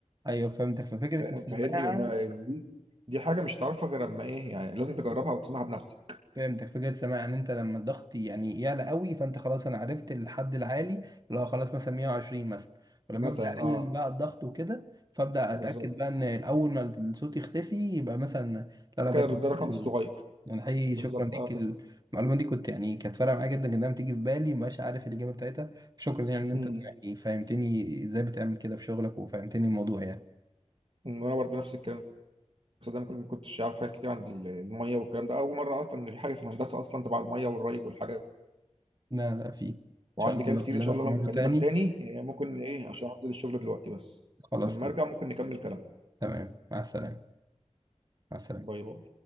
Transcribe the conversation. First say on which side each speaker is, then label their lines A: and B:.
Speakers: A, on the right; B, on the right.
A: ايوه فهمتك ففكره
B: فاهم؟
A: السماعه
B: فهي دي إن- دي دي حاجه مش هتعرفها غير اما ايه يعني لازم تجربها وتسمعها بنفسك
A: فهمتك فكرة سامع يعني انت لما الضغط يعني يعلى قوي فانت خلاص انا عرفت الحد العالي اللي هو خلاص مثلا 120 مثلا ولما
B: مثلا
A: ابدا اقلل
B: اه
A: بقى الضغط وكده فابدا اتاكد
B: بالظبط
A: بقى ان الاول ما الصوت يختفي يبقى مثلا لا لا
B: ده
A: بجد
B: كده ده الرقم
A: حقيقي-
B: الصغير
A: يعني حقيقي
B: بالظبط
A: شكرا
B: اه
A: ليك
B: كده
A: المعلومه دي كنت يعني كانت فارقه معايا جدا جدا بتيجي في بالي مبقاش عارف الاجابه بتاعتها شكرا يعني ان انت
B: امم
A: يعني فهمتني ازاي بتعمل كده في شغلك وفهمتني الموضوع يعني
B: وانا برضه نفس الكلام ده انا كنت- ما كنتش عارف حاجات كتير عن ال- الميه والكلام ده اول مره اعرف ان في حاجه في الهندسه اصلا تبع الميه والري والحاجات
A: لا لا في ان
B: وعندي
A: شاء الله
B: كلام كتير
A: بكلمك
B: ان شاء الله
A: مره
B: لما اكلمك
A: تاني
B: تاني آه، ممكن ايه عشان انزل الشغل دلوقتي بس
A: خلاص
B: لما ارجع ممكن نكمل كلام
A: تمام مع السلامه مع السلامه
B: باي باي